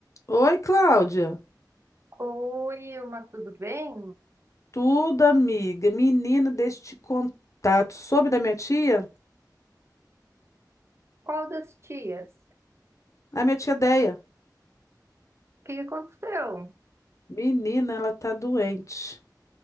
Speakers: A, on the left; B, on the right.
A: Oi, Cláudia.
B: Oi, Ilma, tudo bem?
A: Tudo, amiga. Menina, deixa eu te contar. Tu soube da minha tia?
B: Qual das tias?
A: A minha tia Deia.
B: O que que aconteceu?
A: Menina, ela tá doente.